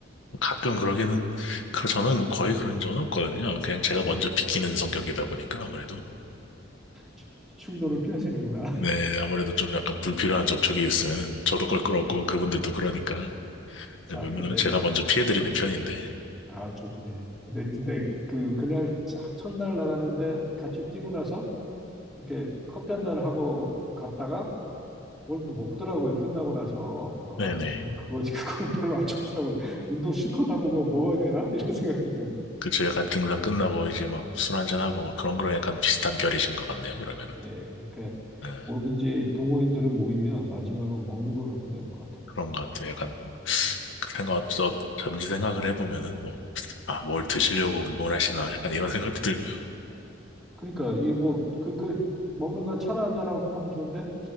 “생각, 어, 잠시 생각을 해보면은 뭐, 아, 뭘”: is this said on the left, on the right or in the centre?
Left